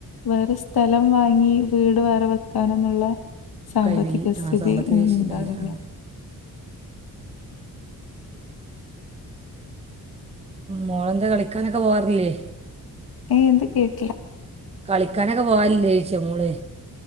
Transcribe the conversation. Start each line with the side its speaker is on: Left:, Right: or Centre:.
Left: വേറെ സ്ഥലം വാങ്ങി വീട് വേറെ വെക്കാനെന്നുള്ള സാമ്പത്തിക
Right: കഴിവില്ല
Left: സ്ഥിതി
Right: ആ സാമ്പത്തിക ശേഷി
Left: ഉണ്ടാവില്ല
Right: ആ മോളെന്താ കളിക്കാനൊക്കെ പോവാാറില്ലേ
Left: ഏ എന്ത് കേട്ടല
Right: കളിക്കാനൊക്കെ പോവില്ലേ ചേിച്ചി മോള്